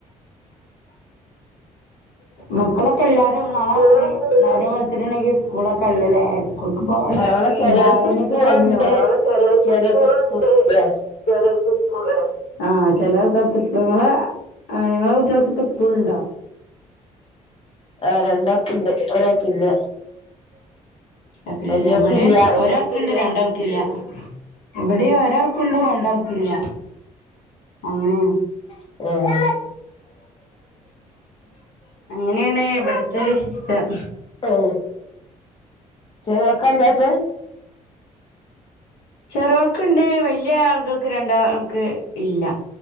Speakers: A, on the left; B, on the left.
A: മക്കളൊക്കെ എല്ലാരും നാളെ നേരം വെളുത്തിട്ടിണ്ടെങ്കിൽ സ്കൂളൊക്കെ അല്ലല്ലേ <unintelligible>
B: നാളെ ചെലോർക്ക്
A: വായനെക്കെ
B: സ്കൂളുണ്ട്
A: കയ്ഞ്ഞോ നാളെ ചേലോർക്ക്
B: ചെലോർക്ക്
A: സ്കൂളുണ്ട്
B: സ്കൂൾ ഇല്ല
A: ചേലോർക്ക് സ്കൂളാ ആ ചെല ആൾക്കാർക്ക് ങ്ങളെ ആ നിങ്ങളെ കുട്ട്ൾക്കക്കസ്കൂൾണ്ട
B: ആ രണ്ടാക്കുണ്ട് ഒരാൾക്കില്ല
A: ക്ക
B: വല്യോക്കില്ല
A: എവിടെ ഒരാൾക്കുണ്ട് രണ്ടാൾക്കില്ല ഇവിടെ ഒരാൾക്കുണ്ട് രണ്ടാൾക്കില്ല അങ്ങനെയാണ്
B: ഏ
A: അങ്ങനെയണ ഇവിടത്തെ ഒരു സിസ്റ്റം
B: ആ ചേര്യോർക്കാ ഇല്ല്യാത്ത
A: ചേര്യോൾക്ക് ണ്ട് വലിയ ആളുകൾക്ക് രണ്ടാൾക്ക് ഇല്ല